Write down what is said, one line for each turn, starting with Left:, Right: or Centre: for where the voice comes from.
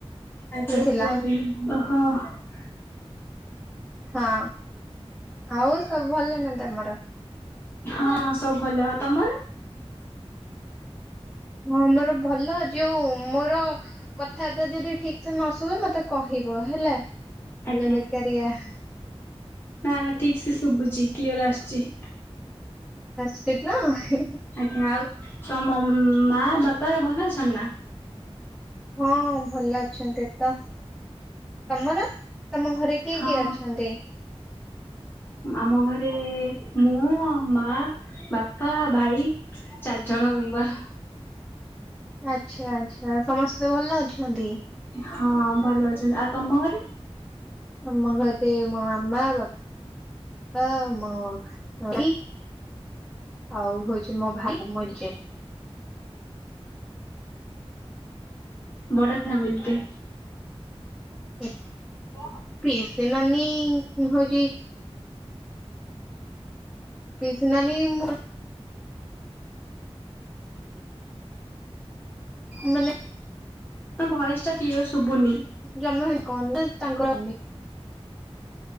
Left: <unintelligible>
Centre: ବୁଝିଲା। ହଁ। ଆଉ ସବୁ ଭଲ ନା ତମର?
Left: ହଁ ସବୁ ଭଲ, ଆଉ ତମର?
Centre: ହଁ ମୋର ଭଲ ଯୋଉ ମୋର କଥାବାର୍ତ୍ତା ଯଦି ଠିକ ସେ ନ ଶୁହେ ମତେ କହିବ ହେଲା,
Left: ଆଜ୍ଞା।
Centre: ଆଲେ ବେକାରିଆ
Left: ନା ନା ଠିକ୍ ସେ ଶୁଭୁଛି କ୍ଲିୟର ଆସୁଚି।
Centre: <unintelligible>
Left: ଆଜ୍ଞା ଆଉ ତ ମା ବାପା ଭଲ ଅଛନ୍ତି ନା?
Centre: ହଁ ଭଲ ଅଛନ୍ତି ତ ତମର ତମ ଘରେ? କିଏ
Left: ହଁ
Centre: କିଏ ଅଛନ୍ତି?
Left: ଆମ ଘରେ ମୁଁ ମା ବାପା ଭାଇ। ଚାର ଜଣ ମେମ୍ବର।
Centre: ଆଚ୍ଛା ଆଚ୍ଛା ସମସ୍ତେ ଭଲ ଅଛନ୍ତି?
Left: ହଁ ଭଲ ଅଛନ୍ତି ଆଉ ତମ ଘରେ?
Centre: ଆମ ଘରେ ମୋ ମାମା ବାପା ମୋ ଭାଇ। ଆଉ ହଉଛି ମୋ ଭାଇ ମୁଁ ନିଜେ।
Left: ବଡ ଫ୍ୟାମିଲି ଟେ।
Centre: ଆା
Left: ହ
Centre: ପିଇସିନାନୀ ହଉଚି। ପିଇସିନାନୀ <unintelligible> ମାନେ
Left: ଭଏସ ଟା କ୍ଲିୟର ଶୁଭୁନି।
Centre: ଜନ୍ମ ହେଇ କଣ ନା ତାଙ୍କର